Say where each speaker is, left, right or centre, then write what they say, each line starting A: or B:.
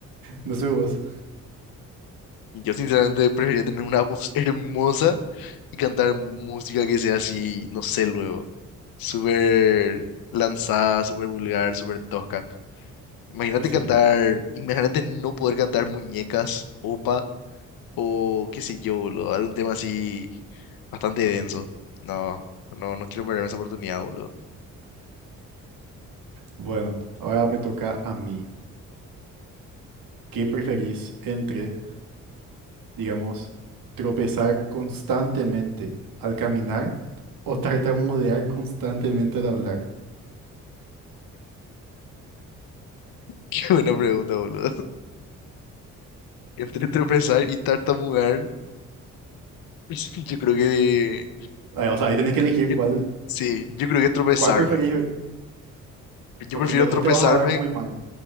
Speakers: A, on the right; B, on the left.
A: no sé vos.
B: Yo sinceramente preferiría tener una voz <laughs> hermosa y cantar música que sea así, no sé, luego, súper lanzada, súper vulgar, súper tosca. Imagínate
A: Y Sí,
B: cantar, imagínate no poder cantar muñecas, opa, o qué sé yo, boludo, algún tema así bastante denso. No, no, no quiero perder esa oportunidad, boludo.
A: bueno,
B: <laughs>
A: ahora me toca a mí. ¿Qué preferís entre, digamos, tropezar constantemente al caminar o tartamudear constantemente al hablar?
B: Qué buena pregunta, boludo. <laughs> Entre tropezar y tartamudear, <laughs> yo creo que
A: Ah, O sea, ahí tenés que elegir
B: Yo-
A: cuál.
B: sí, yo creo que tropezarme.
A: ¿Cuál preferís? ver?
B: Yo
A: Porque
B: prefiero
A: en los
B: tropezarme.
A: dos te vas a ver muy mal.